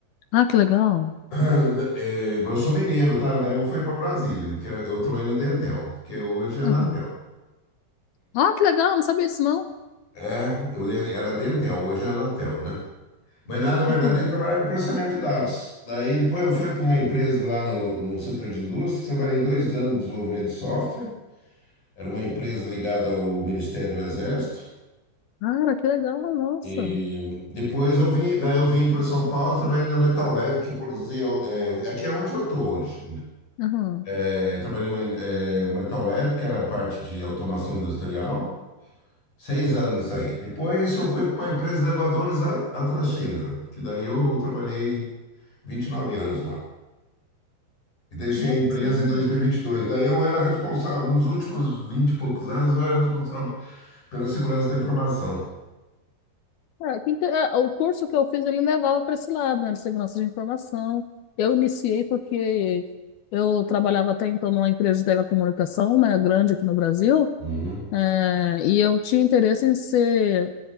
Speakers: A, on the left; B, on the left.
A: Ah, que legal.
B: <clears throat> Da- eh, mas eu sou mineiro, tá? Daí eu fui para Brasília, que eu, eu trabalhei no Dentel, que hoje é a
A: Uhum.
B: Anatel.
A: Ah, que legal, não sabia disso não.
B: É, o de- era Dentel, hoje é Anatel, né? Mas lá, na verdade,
A: Uhum.
B: ele trabalhava em processamento de dados. Daí depois eu fui para uma empresa lá no, no setor de indústria, trabalhei dois anos de desenvolvimento de software. Era uma empresa ligada ao Ministério do Exército.
A: Cara, que legal, nossa.
B: E depois eu vim, daí eu vim para São Paulo, trabalhei na Metal Leve, que produzia, é, aqui é onde eu estou hoje.
A: Uhum.
B: É, trabalhei na é, Metal Leve, que era a parte de automação industrial. Seis anos isso aí. Depois eu fui para uma empresa de elevadores, a, a Traxindra, que daí eu trabalhei 29 anos lá. E deixei
A: Nossa
B: a empresa
A: senhora.
B: em dois mil e e vinte e dois Daí eu era responsável, nos últimos 20 e poucos anos, eu era responsável pela segurança da informação.
A: Ah, que inte- é, o curso que eu fiz, ele levava para esse lado, né, de segurança de informação. Eu iniciei porque eu trabalhava até então numa empresa de telecomunicação, né, grande aqui no Brasil,
B: Uhum.
A: é, e eu tinha interesse em ser,